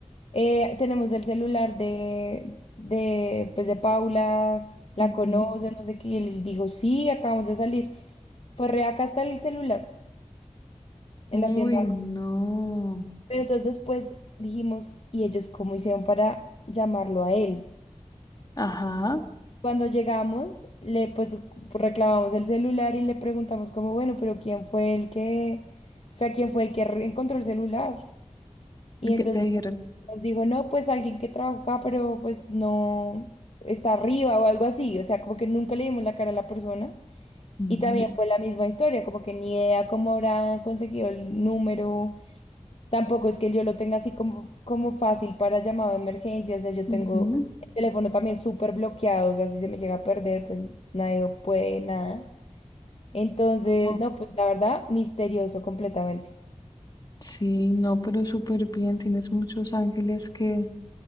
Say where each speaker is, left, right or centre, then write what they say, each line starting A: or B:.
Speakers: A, on the left (about 55°); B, on the left (about 35°).
A: "Eh, tenemos el celular de, de, pues de Paula, la
B: Ujú.
A: conoces, no sé qué, y él dijo, sí, acabamos de salir. Fue re acá está el celular
B: Uy,
A: en la tienda.
B: no.
A: Pero entonces después dijimos, ¿y ellos cómo hicieron para llamarlo a él?
B: Ajá,
A: Cuando llegamos, le pues reclamamos el celular y le preguntamos como, bueno, pero ¿quién fue el que, o sea, quién fue el que re- encontró el celular? Y
B: ¿y qué
A: entonces
B: te dijeron?
A: nos dijo, no, pues alguien que trabaja acá, pero pues no está arriba o algo así. O sea, como que nunca le dimos la cara a la persona.
B: Ujú,
A: Y también fue la misma historia, como que ni idea cómo habrá conseguido el número Tampoco es que yo lo tenga así como, como fácil para llamado de emergencia, o sea, yo
B: ujú.
A: tengo el teléfono también súper bloqueado, o sea, si se me llega a perder, pues nadie puede nada. Entonces,
B: Oh,
A: no, pues la verdad, misterioso completamente.
B: Sí, no, pero súper bien, tienes muchos ángeles que,